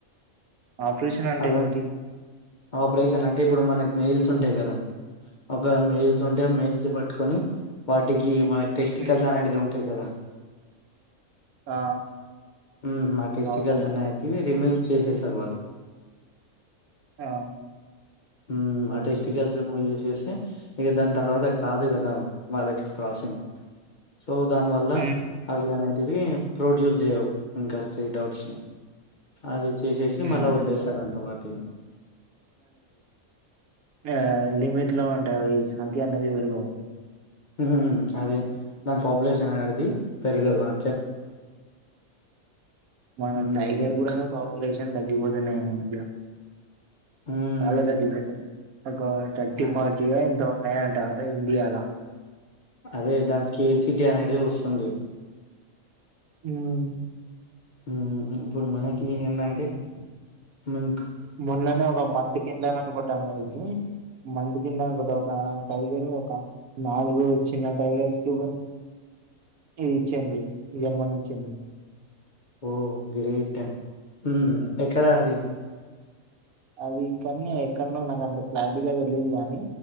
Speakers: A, on the right; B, on the left.
A: ఆపరేషన్ అంటే
B: అర్థం
A: ఏంటి?
B: ఆపరేషన్ అంటే ఇప్పుడు మనకి మెయిల్స్ ఉంటాయి కదా ఒక మెయిల్స్ ఉంటే ఆ మెయిల్స్ బట్ కొని వాటికి వై టెస్టికల్స్
A: హ్మ్.
B: అనేటిది ఉంటాయి కదా
A: ఆ
B: ఉ ఆ టెష్టికల్స్
A: అవును.
B: అనేటివి ఇమెయిల్ చేసేసారు వాళ్ళు
A: ఆ!
B: ఉమ్ ఆ
A: ఓకే.
B: టెస్టికల్స్ రిమూవ్ చేసేసా ఇక దాని తర్వాత కాదు కదా వాళ్ళకి క్రాసింగ్ సో దాని వల్ల
A: హ్మ్.
B: అవి అనేది టీవీ ప్రొడ్యూస్ చేయవు ఇంకాస్త ఈ డౌట్స్ ని సారీ తీసేసి
A: హ్మ్.
B: మళ్ళా వదిలేస్తారంట
A: అచ్చం.
B: వాటిని
A: ఆ లిమిట్ లో అంటే అవి సంఖ్య అనేది పెరగవు
B: ఊ అదే దాని పాపులేషన్ అనేది పెరుగదు అ
A: మన
B: హ్మ్.
A: టైగర్ కూడా పాపం రిలేషన్ తగ్గిపోతున్న ఈమధ్య
B: హ్మ్.
A: చాలా తగ్గిపోతున్నాయి ఒక థర్టీ
B: అన్
A: ఫార్టీ ఓ ఎంతో లేదంట ఇండియాలా
B: అదే దాని స్కేప్ సిటీ అనేది వస్తుంది
A: ఉమ్
B: ఉహూ ఇప్పుడు మనకి ఎందంటే ఉమ్
A: మొన్ననే ఒక మంత్ కిందని అనుకుంటాముది మంత్ కింద అనుకుంట ఒక టైగర్ ఒక నాలుగు చిన్న టైగర్స్ కి ఇది ఇచ్చింది జన్మని ఇచ్చింది
B: ఓ గ్రేట్ హ్మ్ ఏక్కడ అది
A: హ్మ్. అది ఇక్కడనే ఎక్కడనో నాకు అంత క్లారిటీ గా తెలీదు గానీ